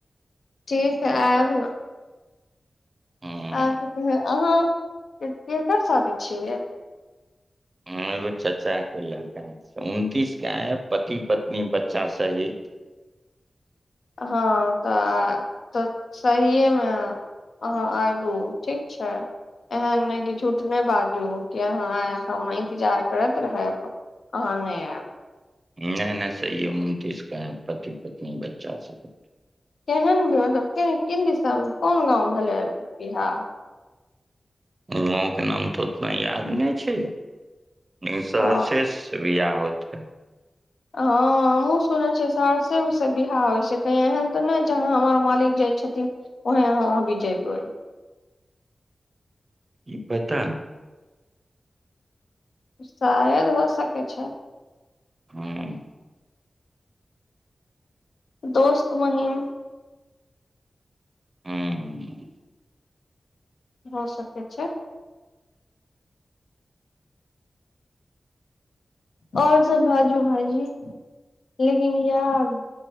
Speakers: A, on the left; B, on the right.
A: ठीक है आयब न।
B: हम
A: आइब क। <unintelligible> अहाँ के- केकर शादी छियै?
B: हं एगो चच्चा कोय लड़का है। उनतीस क आयब पति पत्नी बच्चा सहित।
A: हँ त आ। त सहिएमे आउ। अहाँ आयबू। ठीक छै। एहन नै कि झूठ नै बाजू, कि अहाँ आय, आ हम इंतजार करैत रहेब। अहाँ नै आएब।
B: नै नै सहिए मे उनतीस के आएब पति पत्नी बच्चा सहित।
A: केहन गांव, मतलब किन- किन दिसा मे, कोन गाँव मे भेलै बिहा?
B: गांव के नाम त उतना याद नै छै। लेकिन सहरसेस
A: ओ
B: बिहा होत।
A: हँं, हमहूँ सुनै छियै सहरसे मे सब बिहा होइ छै। कहीं एहन त नै जहाँ हमर मालिक जाइ छथिन ओहे यहाँ आबी जेबै।
B: ई पता।
A: शायद हो सकै छै।
B: ह्म्म।
A: दोस्त महिम।
B: ह्म्म।
A: हो सकेत छे। ओर सब बाजू भाई जी, लेकिन यार